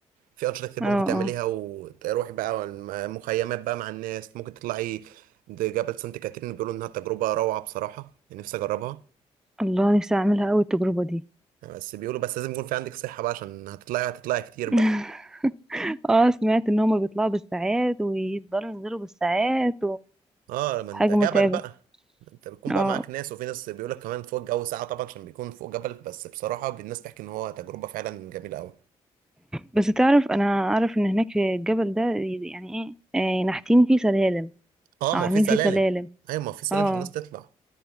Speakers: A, on the right; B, in the centre.
A: في انشطة كتير
B: اه
A: بقى
B: اه
A: ممكن تعمليها وتروحي بقى الم- مخيمات بقى مع الناس ممكن تطلعي ده جبل سانت كاترين بيقولوا انها تجربة روعة بصراحة يعني نفسي اجربها
B: الله نفسي اعملها قوي التجربة دي
A: بس بيقولوا بس لازم يكون في عندك صحة بقى عشان هتطلعي هتطلعي كتير
B: <laughs>
A: بقى
B: اه سمعت ان هما بيطلعوا بالساعات ويفضلوا ينزلوا بالساعات
A: اه ما انت
B: وحاجة
A: جبل
B: متعبة
A: بقى ما انت بتكون
B: اه
A: بقى معاك ناس وفي ناس بيقول لك كمان فوق الجو ساعة طبعا عشان بيكون فوق جبل بس بصراحة الناس بتحكي ان هو تجربة فعلا جميلة قوي
B: بس تعرف انا اعرف ان هناك في الجبل ده يعني ايه آه، نحتين فيه سلالم
A: اه
B: او
A: ما
B: عاملين
A: هو في سلالم
B: فيه سلالم
A: ايوه ما هو في سلالم
B: اه
A: عشان الناس تطلع